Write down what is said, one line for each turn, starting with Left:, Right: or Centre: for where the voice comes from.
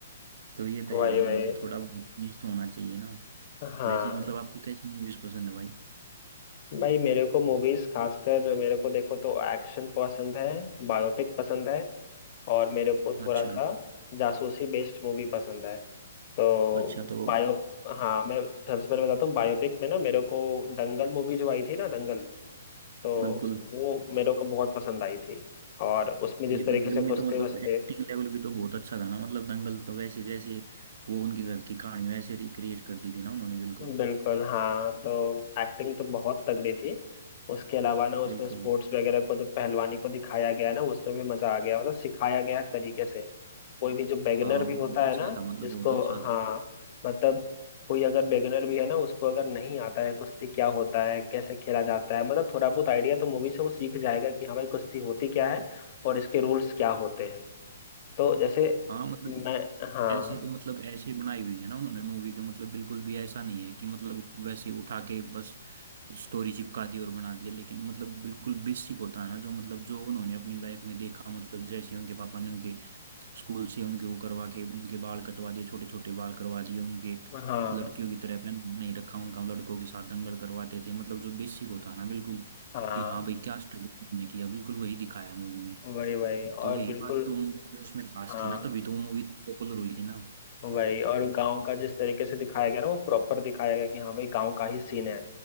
Right: तो ये तो
Left: वही
Right: है ही
Left: वही
Right: मतलब थोड़ा न्यूज़ तो होना चाहिए ना
Left: हाँ
Right: वैसे मतलब आपको कैसी न्यूज़ पसंद है भाई
Left: भाई मेरे को मूवीज खासकर मेरे को देखो तो एक्शन पसंद है बायोपिक पसंद है और मेरे को थोड़ा
Right: अच्छा
Left: सा जासूसी बेस्ड मूवी पसंद है तो
Right: अच्छा तो
Left: बायो हाँ मैं सबसे पहले बताता हूँ बायोपिक में ना मेरे को दंगल मूवी जो आई थी ना दंगल तो
Right: बिल्कुल
Left: वो मेरे को बहुत पसंद आई थी और उसमें जिस
Right: ये
Left: तरीके
Right: दंगल
Left: से
Right: में
Left: कुश्ते
Right: तो मतलब
Left: वस्ते
Right: एक्टिंग लेवल भी तो बहुत अच्छा था ना मतलब दंगल तो वैसे जैसे वो उनके घर की कहानी वैसे रिक्रिएट कर दी थी ना उन्होंने बिल्कुल
Left: बिल्कुल हाँ तो एक्टिंग तो बहुत तगड़ी थी उसके अलावा ना उसमें
Right: बिल्कुल
Left: स्पोर्ट्स वगैरह को जो पहलवानी को दिखाया गया ना उसमें भी मजा आ गया मतलब सिखाया गया तरीके से कोई भी जो बेगनर
Right: हाँ
Left: भी
Right: वो
Left: होता
Right: अच्छा
Left: है ना
Right: था मतलब
Left: जिसको
Right: बहुत अच्छा था
Left: हाँ मतलब कोई अगर बेगनर भी है ना उसको अगर नहीं आता है कुश्ती क्या होता है कैसे खेला जाता है मतलब थोड़ा बहुत आइडिया तो मूवी से वो सीख जाएगा कि हाँ भाई कुश्ती होती क्या है और इसके रूल्स क्या होते हैं तो जैसे
Right: हाँ मतलब
Left: मैं हाँ
Right: ऐसे तो मतलब ऐसी बनाई हुई है ना उन्होंने मूवी के मतलब बिल्कुल भी ऐसा नहीं है कि मतलब वैसे उठा के बस स्टोरी चिपका दी और बना दिया लेकिन मतलब बिल्कुल बेसिक होता है ना जो मतलब जो उन्होंने अपनी लाइफ में देखा मतलब जैसे उनके पापा ने उनके स्कूल से उनके वो करवा के उनके बाल कटवा दिए छोटे छोटे बाल करवा दिए उनके
Left: हाँ
Right: लड़कियों की तरह पहन नहीं रखा उनका लड़कों के साथ दंगल करवाते थे मतलब जो बेसिक होता है ना बिल्कुल
Left: हाँ
Right: कि हाँ भाई क्या स्ट्रगल उन्होंने किया बिल्कुल वही दिखाया है मूवी में
Left: वही वही
Right: तो
Left: और
Right: यही
Left: बिल्कुल
Right: बात तो मूवी में उसमें खास
Left: हाँ
Right: थी ना तभी तो वो मूवी पॉपुलर हुई थी ना
Left: वही और गांव का जिस तरीके से दिखाया गया ना वो प्रॉपर दिखाया गया कि हाँ भाई गांव का ही सीन है